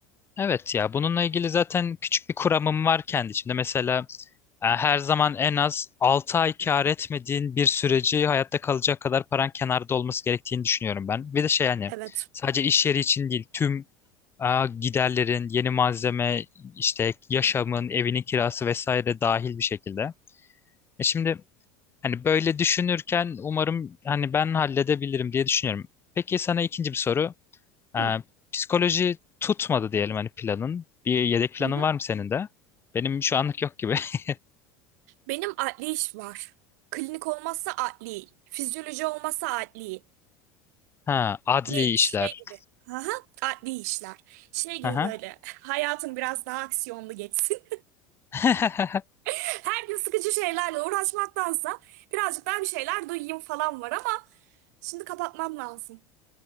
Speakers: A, on the left; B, on the right.
A: Evet ya bununla ilgili zaten küçük bir kuramım var kendi içimde. Mesela e, her zaman en az 6 ay kâr etmediğin bir süreci hayatta kalacak kadar paran kenarda olması gerektiğini düşünüyorum ben. Bir de şey hani
B: Evet.
A: sadece iş yeri için değil tüm e, giderlerin, yeni malzeme, işte yaşamın, evinin kirası vesaire dahil bir şekilde. E şimdi hani böyle düşünürken umarım hani ben halledebilirim diye düşünüyorum. Peki sana ikinci bir soru.
B: Hı.
A: Ee, psikoloji tutmadı diyelim hani planın. Bir yedek planın
B: Hı hı.
A: var mı senin de? Benim şu anlık yok gibi. <laughs>
B: Benim adli iş var. Klinik olmazsa adli, fizyoloji olmazsa adli.
A: Ha, adli
B: Hani
A: işler.
B: şey gibi. Aha, adli işler. Şey gibi
A: Aha.
B: böyle <laughs> hayatın biraz daha aksiyonlu geçsin.
A: <laughs>
B: <laughs> Her gün sıkıcı şeylerle uğraşmaktansa birazcık daha bir şeyler duyayım falan var ama şimdi kapatmam lazım.